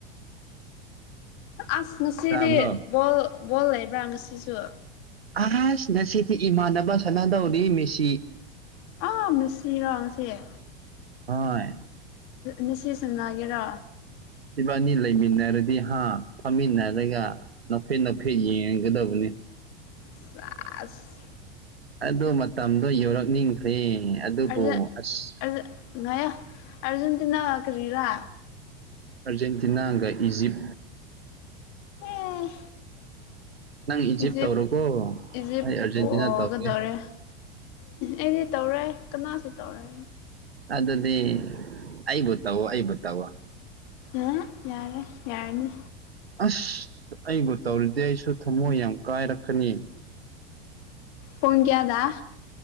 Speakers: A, on the left (about 55°); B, on the right (about 85°).
A: ꯑꯁ ꯉꯁꯤꯗꯤ
B: ꯇꯥꯕ꯭ꯔꯣ
A: ꯕꯣꯜ ꯕꯣꯜ ꯂꯩꯕ꯭ꯔꯥ ꯉꯁꯤꯁꯨ
B: ꯑꯍꯖ ꯉꯁꯤꯗꯤ ꯏꯃꯥꯟꯅꯕ ꯁꯥꯟꯅꯗꯧꯔꯤ ꯃꯤꯦꯁꯤ
A: ꯑ ꯃꯁꯤꯔꯣꯁꯦ
B: ꯍ
A: ꯃꯤꯦꯁꯤꯁꯅꯥꯒꯦꯔ
B: ꯁꯤꯕꯥꯅꯤ ꯂꯩꯃꯤꯟꯅꯔꯗꯤ ꯍꯥ ꯐꯝꯃꯤꯟꯅꯔꯒ ꯅꯥꯐꯦꯠ ꯅꯥꯐꯦꯠ ꯌꯦꯡꯒꯗꯕꯅꯤ
A: ꯁꯥ ꯑꯁ
B: ꯑꯗ ꯃꯇꯝꯗꯣ ꯌꯧꯔꯛꯅꯤꯡꯈ꯭ꯔꯦ ꯑꯗꯨꯕꯨ
A: ꯑꯔꯖꯦꯟ
B: ꯑꯁ
A: ꯑꯔꯖ ꯉꯌꯥ ꯑꯔꯖꯦꯟꯇꯤꯅꯥ ꯀꯔꯤꯔꯥ
B: ꯑꯥꯔꯖꯦꯟꯇꯤꯅꯥꯒ ꯏꯖꯤꯞ
A: ꯎꯝ
B: ꯅꯪ
A: ꯏꯖꯤꯞ
B: ꯇꯧꯔꯣꯀꯣ
A: ꯏꯖꯤꯞ
B: ꯑꯩ ꯑꯥꯔꯖꯦꯟꯇꯤꯅꯥ
A: ꯄꫭꯏꯒꯗꯣꯔꯦ
B: ꯇꯧꯒꯦ
A: ꯑꯩꯅꯦ ꯇꯧꯔꯦ ꯀꯅꯥꯁꯨ ꯇꯧꯔꯦ
B: ꯑꯗꯨꯗꯤ ꯑꯩꯕꯨ ꯇꯧꯋꯣ ꯑꯩꯕꯨ ꯇꯧꯋꯣ
A: ꯑ ꯌꯥꯔꯦ ꯌꯥꯅꯤ
B: ꯑꯁ ꯑꯩꯕꯨ ꯇꯧꯔꯤꯗꯤ ꯑꯩꯁꯨ ꯊꯃꯣꯏ ꯌꯥꯝ ꯀꯥꯏꯔꯛꯀꯅꯤ
A: ꯄꯨꯡ ꯀꯌꯥꯗ